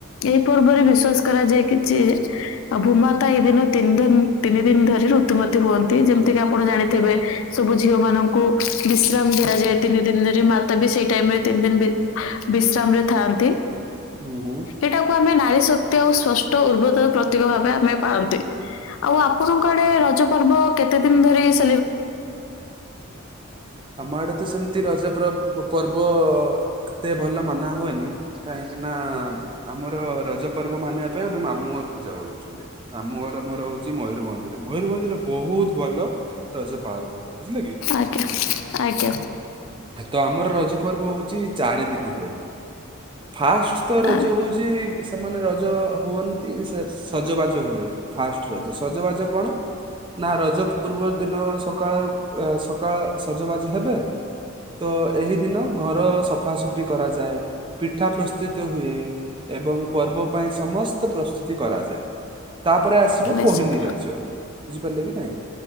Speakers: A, on the left (about 75°); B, on the right (about 25°).
A: ଏଇ ପର୍ବରେ ବିଶ୍ଵାସ କରାଯାଏ, କିଛି ଭୋମାତା ଏଇ ଦିନ ତିନି ଦିନ ତିନି ଦିନ ଧରି ଋତୁମତି ହୁଅନ୍ତି ଯେମିତି କିି ଆପଣ ଜାଣିଥିବେ, ସବୁ ଝିଅ ମାନଙ୍କୁ ବିଶ୍ରାମ ଦିଆଯାଏ ତିନି ଦିନରେ ମାତା ବି ସେଇ ଟାଇମ ରେ ତିନି ଦିନ ବିଶ୍ରାମ ରେ ଥାଆନ୍ତି।
B: ହୁଁ ହୁଁ।
A: ସେଇଟାକୁ ଆମେ ନାରୀ ଶକ୍ତି ଆଉ ସ୍ଵଷ୍ଟ ଉର୍ବ <unintelligible> ପ୍ରତୀକ ଭାବେ ଆମେ ପାଳନ୍ତି। ଆଉ ଆପଣଙ୍କ ଆଡେ ରଜ ପର୍ବ କେତେ ଦିନ ଧରି ସ
B: ଆମ ଆଡ଼େ ତ ସେମିତି ରଜ ପବ ପର୍ବ ଏତେ ଭଲ ମାନା ହୁଏନି କାହିଁକିନା ଆମର ରଜ ପର୍ବ ମାନିବା ପାଇଁ ଆମେ ମାମୁଁ ଘରକୁ ଯାଉ ଆକଚୁଆଲି ମାମୁଁ ଘର ମୋର ହଉଚି ମୟୂରଭଞ୍ଜ। ମୟୂରଭଞ୍ଜରେ ବହୁତ ଭଲ ରଜ ପାଳନ ହୁଏ, ବୁଝିଲେ କି?
A: ଆଜ୍ଞା ଆଜ୍ଞା।
B: ତ ଆମର ରଜ ପର୍ବ ହଉଛି ଚାରି ଦିନ ହୁଏ। ଫାଷ୍ଟ ତ ରଜ
A: ଆ-
B: ହଉଛି ସେମାନେ ରଜ ହୁଅନ୍ତି ସେ ସଜବାଜ ହୁଏ, ଫାଷ୍ଟ ରଜ ସଜବାଜ କଣ? ନା ରଜ ପୂର୍ବ ଦିନ ସକାଳ ସକାଳ ସଜବାଜ ହେବେ। ତ ଏହି ଦିନ ଘର ସଫାସଫି କରାଯାଏ ପିଠା ପ୍ରସ୍ତୁତ ହୁଏ, ଏବଂ ପର୍ବ ପାଇଁ ସମସ୍ତ ପ୍ରସ୍ତୁତି କରାଯାଏ। ତାପରେ ଆସିବ
A: ନିଶ୍ଚିତ
B: ପହିଲି ରଜ ବୁଝିପାରିଲେ କି ନାଇଁ?